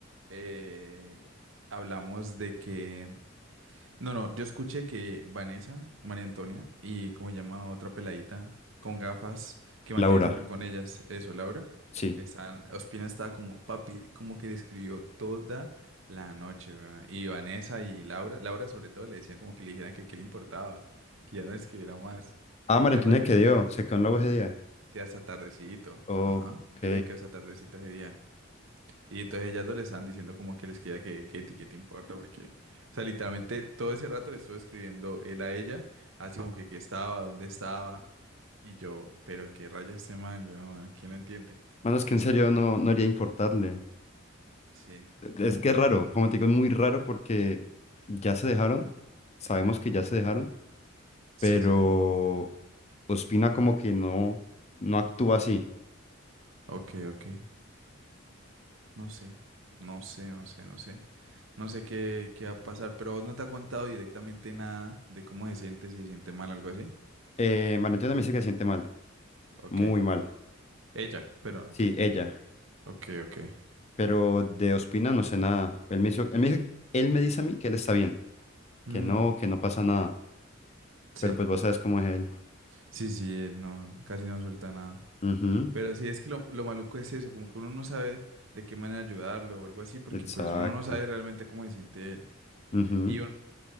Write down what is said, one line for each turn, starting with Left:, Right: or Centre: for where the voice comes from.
Right: eh, hablamos de que. No, no, yo escuché que Vanessa, María Antonia y como se llama otra peladita con gafas que mantiene
Left: Laura,
Right: siempre con ellas, eso, Laura,
Left: sí.
Right: están, Ospina estaba como, papi, como que le escribió toda la noche, weón. Y Vanessa y Laura, Laura sobre todo le decía como que le dijeran que qué le importaba, que ya no le escribiera más,
Left: Ah,
Right: que
Left: Valentina
Right: qué rayos,
Left: se quedó,
Right: eh,
Left: se quedó en la UGD.
Right: que hasta tardecito,
Left: Ok.
Right: ajá, ella quedó hasta tardecito ese día. Y entonces ellas dos le están diciendo como que les queda que, que a ti qué te importa, porque, o sea, literalmente todo ese rato le estuve escribiendo él a ella, así como que qué estaba, dónde estaba, y yo, pero qué rayos este man, weón, ¿quién lo entiende?
Left: Bueno, es que en serio no, no haría importarle.
Right: Sí,
Left: Es que es raro, como te digo, es muy raro porque ya se dejaron, sabemos que ya se dejaron,
Right: sí,
Left: pero
Right: sí, sí,
Left: Ospina como que no, no actúa así.
Right: ok, ok, no sé, no sé, no sé, no sé, no sé qué, qué va a pasar, pero vos no te ha contado directamente nada de cómo se siente, si se siente mal, o algo así,
Left: Eh, Valentina también se que siente mal,
Right: ok,
Left: muy mal.
Right: ella, pero,
Left: Sí, ella.
Right: ok, ok,
Left: Pero de Ospina no sé nada. Él me hizo, él me dijo- él me dice a mí que él está bien,
Right: mm,
Left: que no, que no pasa nada.
Right: sí,
Left: Pero pues vos sabes cómo es él.
Right: sí, sí, él no, casi no suelta nada.
Left: Ujú,
Right: Pero sí, es que lo, lo maluco es eso, como que uno no sabe de qué manera ayudarlo o algo así, porque
Left: Exacto.
Right: pues uno no sabe realmente cómo se siente él.
Left: Ujú,
Right: Y un-